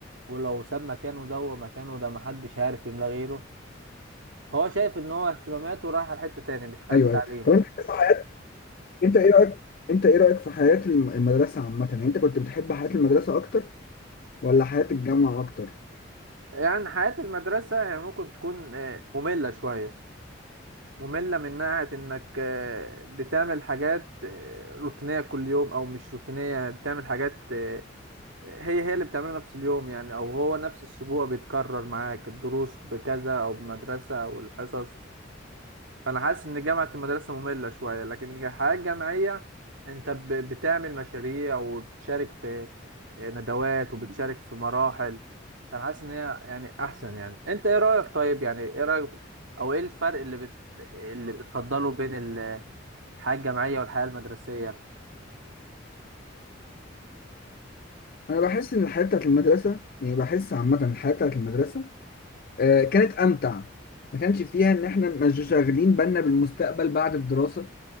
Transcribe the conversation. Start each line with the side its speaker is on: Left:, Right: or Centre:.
Right: ولو ساب مكانه ده ومكانه ده محدش عارف يملاه غيره هو شايف ان هو اهتماماته رايحة لحتة تاني مش في حتة
Left: ايوه
Right: تعليم
Left: ايوه طب انت في حياة انت ايه رأيك انت ايه رأيك في حياة الم- المدرسة عامة يعني انت كنت بتحب حياة المدرسة اكتر ولا حياة الجامعة اكتر
Right: يعني حياة المدرسة هي ممكن تكون آه، مملة شوية مملة من ناحية إنك آه، بتعمل حاجات آه، روتينية كل يوم أو مش روتينية بتعمل حاجات آه، هي هي اللي بتعملها نفس اليوم يعني أو هو نفس الأسبوع بيتكرر معاك الدروس بكذا أو بمدرسة أو الحصص فانا حاسس ان جامعه المدرسه ممله شويه لكن الحياه الجامعيه انت ب- بتعمل مشاريع وبتشارك في آه، ندوات وبتشارك في مراحل فانا حاسس ان هي يعني احسن يعني انت ايه رايك طيب يعني ايه رايك او ايه الفرق اللي بت... اللي بتفضله بين ال- الحياه الجامعيه والحياه المدرسيه
Left: انا بحس ان الحياة بتاعت المدرسة يعني بحس عامة الحياة بتاعت المدرسة آه، كانت امتع ما كانش فيها ان احنا مش شاغلين بالنا بالمستقبل بعد الدراسه